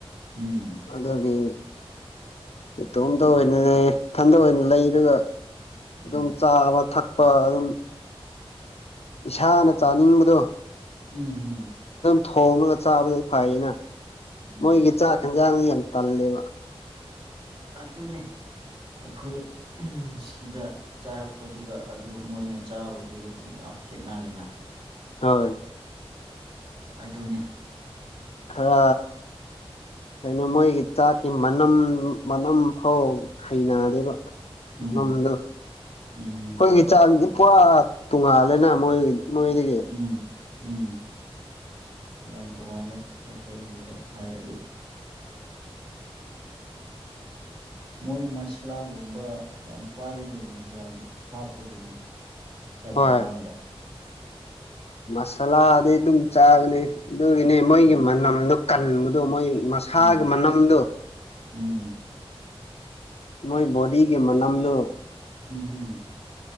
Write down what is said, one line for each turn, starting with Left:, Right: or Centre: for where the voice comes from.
Right: ꯎꯝ
Left: ꯑꯗꯨꯒꯤ ꯏꯇꯣꯝꯇ
Right: ꯎꯝ
Left: ꯑꯣꯏꯅ ꯏꯊꯟꯗ ꯑꯣꯏꯅ ꯂꯩꯔꯒ
Right: ꯎꯝ
Left: ꯑꯗꯨꯝ ꯆꯥꯕ ꯊꯛ ꯄꯥ ꯑꯗꯨꯝ ꯏꯁꯥꯅ ꯆꯥꯅꯤꯡꯕꯗꯣ
Right: ꯎꯝ ꯎꯝ
Left: ꯊꯣꯡꯉꯒ ꯆꯥꯕ ꯐꯩꯅ
Right: ꯎꯝ
Left: ꯃꯣꯏꯒꯤ ꯆꯥꯛ ꯍꯦꯟꯖꯥꯡꯗꯤ ꯌꯥꯝ ꯇꯜꯂꯦꯕ
Right: ꯑꯗꯨꯅꯦ ꯑꯩꯈꯣꯏ ꯁꯤꯗ ꯆꯥꯔꯛꯄꯗꯨꯒ ꯑꯗꯨ ꯃꯣꯏ ꯃꯣꯏꯅ ꯆꯥꯕꯗꯨꯒꯗꯤ ꯌꯥꯝ ꯈꯦꯠꯅꯔꯦꯅ
Left: ꯍꯣꯏ
Right: ꯑꯗꯨꯅꯤ
Left: ꯈꯔꯥ ꯀꯩꯅꯣ ꯃꯣꯏꯒꯤ ꯆꯥꯛꯀꯤ ꯃꯅꯝ ꯃꯅꯝ ꯐꯥꯎ ꯍꯩꯅꯗꯦꯕ
Right: ꯎꯝ
Left: ꯃꯅꯝꯗꯣ
Right: ꯎꯝ
Left: ꯑꯈꯣꯏꯒꯤ ꯆꯥꯛ ꯄꯨꯔꯥ ꯇꯣꯡꯉꯥꯜꯂꯦꯅ ꯃꯣꯏ ꯅꯣꯏꯗꯒꯤ
Right: ꯎꯝ ꯎꯝ ꯌꯥꯝ ꯇꯣꯉꯥꯜꯂꯦ ꯑꯈꯣꯏꯒꯤꯗ ꯍꯥꯏꯔꯗꯤ ꯎꯝ ꯃꯣꯏ ꯃꯁꯂꯥꯒꯨꯝꯕ ꯌꯥꯝ ꯄꯥꯏꯕꯒꯤꯅꯤ ꯌꯥꯝ ꯍꯥꯞꯄꯒꯤꯅꯤ ꯆꯥꯛ
Left: ꯍꯣꯏ
Right: ꯍꯦꯟꯖꯥꯡꯗ
Left: ꯃꯁꯥꯂꯥꯗꯤ ꯑꯗꯨꯝ ꯆꯥꯕꯅꯦ ꯑꯗꯨꯒꯤꯅꯦ ꯃꯣꯏꯒꯤ
Right: ꯎꯝ
Left: ꯃꯅꯝꯗꯣ ꯀꯟꯕ ꯑꯗꯨ ꯃꯣꯏ ꯃꯁꯥꯒꯤ
Right: ꯎꯝ
Left: ꯃꯅꯝꯗꯣ
Right: ꯎꯝ
Left: ꯃꯣꯏ ꯕꯣꯗꯤꯒꯤ ꯃꯅꯝꯗꯣ
Right: ꯎꯝ ꯎꯝ